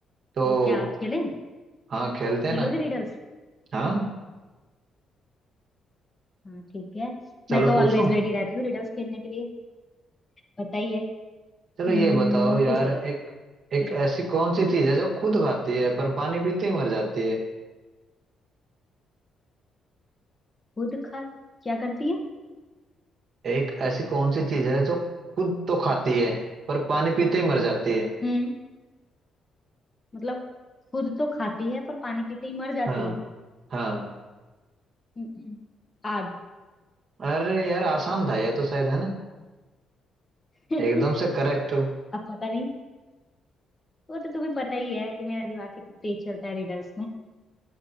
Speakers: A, on the right; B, on the left.
A: तो
B: तो क्या आप खेलें
A: हाँ खेलते हैं
B: खेलोगे
A: ना
B: रिडल्स
A: हाँ
B: हाँ ठीक है
A: चलो
B: मैं तो
A: पूछूं
B: ऑलवेज रेडी रहती हूँ रिडल्स खेलने के लिए पता ही है हम्म
A: चलो ये बताओ यार
B: पूछो
A: एक
B: तो पूछो
A: एक
B: पूछो
A: ऐसी कौन सी चीज है जो खुद खाती है पर पानी पीते ही मर जाती है
B: खुद खा क्या करती है
A: एक ऐसी कौन सी चीज है जो खुद तो खाती है पर पानी पीते ही मर जाती है
B: हम्म मतलब खुद तो खाती है पर पानी पीते ही मर जाती
A: हाँ
B: है
A: हाँ
B: हम्म, आग
A: अरे यार आसान था यह तो शायद है ना
B: <laughs>
A: एकदम से करेक्ट हो
B: अब पता नहीं वो तो तुम्हें पता ही है कि मेरा दिमाग कितना तेज चलता है रिडल्स में